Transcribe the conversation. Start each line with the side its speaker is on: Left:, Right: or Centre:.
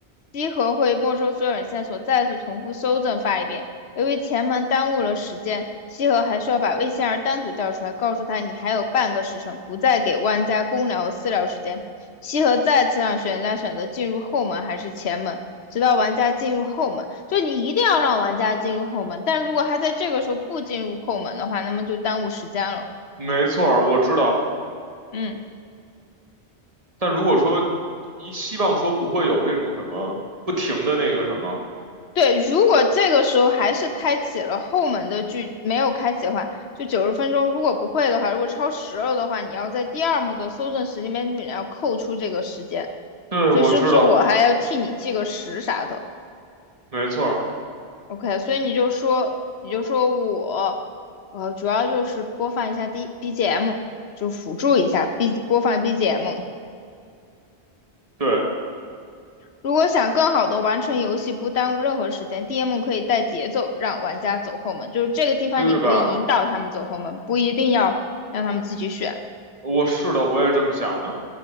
Left: 稽核会没收所有人线索，再次重复搜证发一遍。由于前门耽误了时间，西河还需要把魏仙儿单独叫出来，告诉他你还有半个时辰，不再给万家公聊和私聊时间。西河再次让玩家选择进入后门还是前门，直到玩家进入后门。就你一定要让玩家进入后门，但如果他在这个时候不进入后门的话，那么就耽误时间了。
Right: 没错儿，我知道。
Left: 嗯。
Right: 但如果说一希望说不会有这种什么不停的那个什么，
Left: 对，如果这个时候还是开启了后门的剧，没有开启的话，就九十分钟，如果不会的话，如果超时了的话，你要在第二幕的搜证时间边里面要扣除这个时间，
Right: 对，
Left: 所以是不是我还要替你记个时啥的
Right: 我知道，没错儿，
Left: ？OK，所以你就说，你就说我，呃，主要就是播放一下 D BGM，就辅助一下 B 播放 BGM，
Right: 对
Left: 如果想更好的完成游戏，不耽误任何时间，DM 可以带节奏让玩家走后门，就是这个地方你可以引导他们走后门，
Right: 对吧？
Left: 不一定要让他们自己选。
Right: 我是的，我也这么想的。